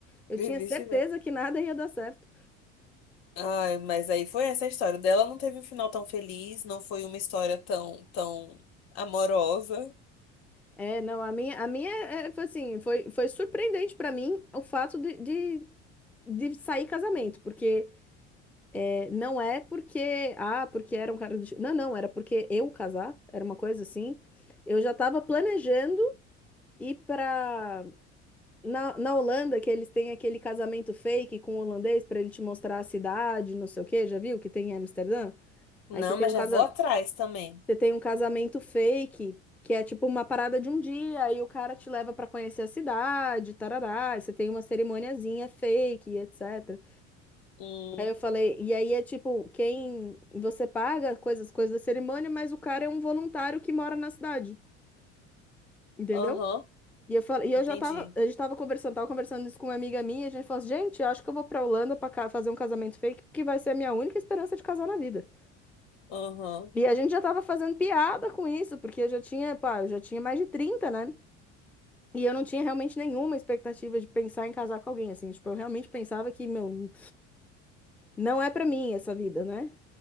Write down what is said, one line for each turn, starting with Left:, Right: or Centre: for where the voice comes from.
Centre: Eu
Left: <laughs>
Centre: tinha
Left: E vice-versa.
Centre: certeza que nada ia dar certo.
Left: Ai, mas aí foi essa a história. O dela não teve um final tão feliz, não foi uma história tão, tão amorosa.
Centre: É, não, a minha, a minha é, é, foi assim, foi, foi surpreendente pra mim o fato de, de, de sair casamento, porque é, não é porque, ah, porque era um cara do... Não, não, era porque eu casar, era uma coisa assim. Eu já tava planejando E pra. Na, na Holanda, que eles têm aquele casamento fake com o holandês para ele te mostrar a cidade, não sei o quê, já viu? Que tem em Amsterdã? Aí
Left: Não,
Centre: você tem
Left: mas
Centre: um
Left: já
Centre: casa...
Left: vou atrás também.
Centre: você tem um casamento fake, que é tipo uma parada de um dia, aí o cara te leva para conhecer a cidade, tarará, aí você tem uma cerimoniazinha fake, etc.
Left: Hum,
Centre: Aí eu falei, e aí é tipo, quem você paga coisas, coisas da cerimônia, mas o cara é um voluntário que mora na cidade, entendeu?
Left: aham,
Centre: E eu falei, e eu
Left: entendi.
Centre: já tava, a gente tava conversando, tava conversando isso com uma amiga minha, e a gente falou assim, gente, eu acho que eu vou pra Holanda pra ca- fazer um casamento fake, porque vai ser a minha única esperança de casar na vida.
Left: Aham,
Centre: E a gente já tava fazendo piada com isso, porque eu já tinha, pá, eu já tinha mais de 30 né? E eu não tinha realmente nenhuma expectativa de pensar em casar com alguém, assim, tipo, eu realmente pensava que, meu, não é pra mim essa vida, né?